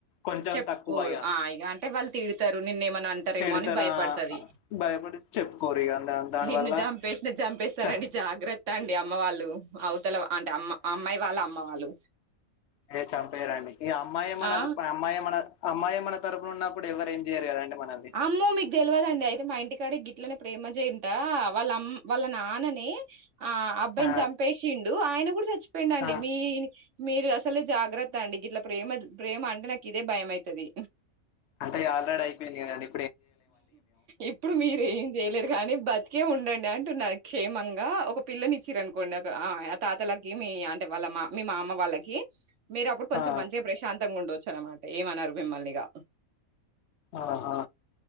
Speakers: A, on the left; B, on the right.
A: కొంచెం
B: చెప్పుకోరు
A: తక్కువ
B: ఆ ఇగ అంటే వాళ్ళు తిడతారు నిన్న ఏమనా అంటారేమో
A: తిడతారా
B: అని భయపడతది
A: భయపడి చెప్పుకోరు ఇగ దా దానివల్ల
B: నిన్ను జంపేసిన జంపేస్తారుడి
A: చ
B: జాగ్రత్త అండి అమ్మ వాళ్ళు అవు తెలవా అంటే అమ్మ అమ్మాయి వాళ్ళ అమ్ అమ్మ వాళ్ళు
A: అద చంపెయరాండి ఇగ అమ్మ ఏమనదు
B: ఆ
A: మా అమ్మమ్ అనర్ ఆ అమ్మాయే మన తరపున ఉన్నప్పుడు ఎవరు ఏం చేయరు కదండి. మనల్ని
B: అమ్మో మీకు తెల్వదండి అయితే మా ఇంటికాడ గిట్లనే ప్రేమ జయంట వాళ్ళ అమ్ వాళ్ళ నాన్నని ఆ అబ్బాయిని
A: ఆ
B: చంపేసిండు ఆయన కూడా చచ్చిపోయిండు అండి
A: ఆ
B: మీ మీర్ అస్ తలే జాగ్రత్త అండి ఇట్లా ప్రేమ ప్రేమ అంటే నాకు ఇదే భయమైతది.
A: అంటే ఆల్రెడీ అయిపోయింది కదా అండి
B: ఇప్పుడు మీరు ఏం చేయలేరు కానీ బతికే ఉండండ్ ప్యాన్టున్నారు క్షేమంగా ఒక పిల్లని ఇచ్చిరనుకోండి అక ఆ య తాతలకి మీ ఆంటే వాళ్ళ మా మీ మామ వాళ్ళకి మీరు అప్పుడు కొంచెం
A: ఆ
B: మంచిగా ప్రశాంతంగా ఉండొచ్చు అనమాట ఏమన్నారు మిమ్మల్ని ఇగా
A: ఆ ఆ